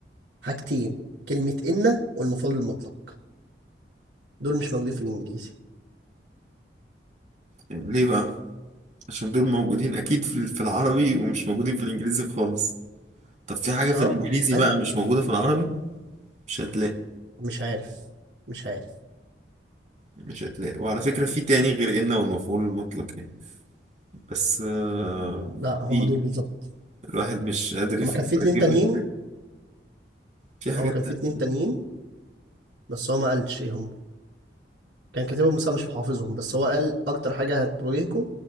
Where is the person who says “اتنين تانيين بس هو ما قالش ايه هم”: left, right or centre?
Right